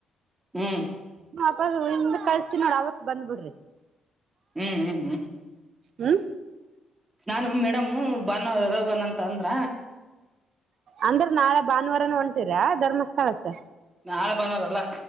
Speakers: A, on the right (about 20°); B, on the right (about 60°).
A: ಹ್ಮ
B: ನಿಮ <unintelligible> ಕಳಸ್ತ ನೋಡ ಅವತ್ ಬಂದ್ಬ ಬಿಡ್ರಿ
A: ಹ್ಮ್ ಹ್ಮ್ ಹ್ಮ್
B: ಹ್ಮ್
A: ನಾನು ಮೇಡಮ್ಮು ಭಾನುವಾರ ಹೊರ ಹೋಗಣ ಅಂತಂದ್ರ
B: ಅಂದುರ್ ನಾಳೆ ಭಾನುವಾರನು ಹೊಂಟೀರ ಧರ್ಮಸ್ಥಳಕ್ಕೆ?
A: ನಾಳೆ ಭಾನುವಾರ ಅಲ್ಲಾ